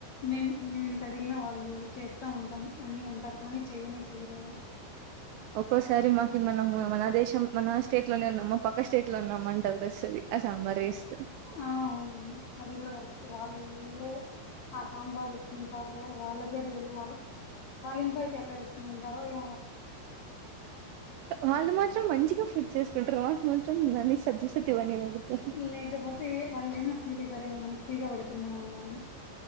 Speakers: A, on the left; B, on the right.
A: మేమ్ మేము ఇంత అడిగినా వాళ్ళు చేస్తా అంటం అన్ని అంటారు కాగానీ చెయనే చేయరు వాళ్ళు
B: ఒక్కోసారి మాకి మనం మన దేశం మన స్టేట్ లోనే ఉన్నామా పక్క స్టేట్ లో ఉన్నామ అంట అనిపిస్తది ఆ సాంబార్ చేస్తరు
A: ఆ అవును అది కూడా కరెక్ట్ వాళ్ళేందో ఆ సాంబార్ ఎట్లుంటదో వాళ్ళకే తెలియాల వాళ్ళ ఇంట్లో అయితే ఎట్లా చేస్కొని తింటారో ఏమో
B: వాళ్ళు మాత్రం మంచిగా ఫుడ్ చేసుకుంటారు మాకుమాత్రం సద్ది సద్ది వన్నీ వండుతారు
A: లేకపోతే వాళ్ళు ఏమైనా ఫీల్ అయితారేమో మనకి ఫ్రీగా పెడుతున్నామన్నామని